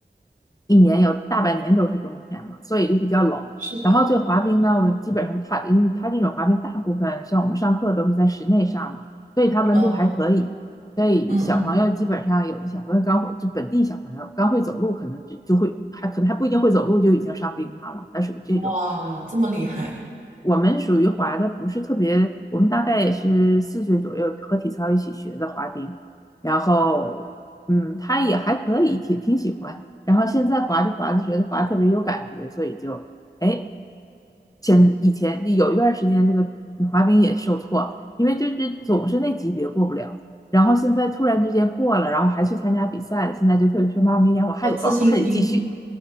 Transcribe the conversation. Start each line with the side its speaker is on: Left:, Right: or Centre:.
Left: 一年有大半年都是冬天嘛，所以就比较冷。
Right: 是的，
Left: 然后这滑冰呢，我基本上它，嗯，它这种滑冰大部分像我们上课都是在室内上嘛，所以它温度还可以。
Right: 哦，
Left: 所以小朋友基本上有的小朋友刚会，
Right: 嗯嗯，
Left: 就本地小朋友刚会走路，可能就就会还可能还不一定会走路就已经上冰上了，它属于这种。
Right: 哇，这么厉害，
Left: 我们属于滑的不是特别，我们大概也是四岁左右和体操一起学的滑冰，然后嗯，他也还可以，挺挺喜欢。然后现在滑着滑着觉得滑特别有感觉，所以就哎，前以前有一段时间这个滑冰也受挫，因为就是总是那级别过不了。然后现在突然之间过了，然后还去参加比赛了，现在就特别说妈妈，明年我还得报，
Right: 哦，自信心，
Left: 我还得继续。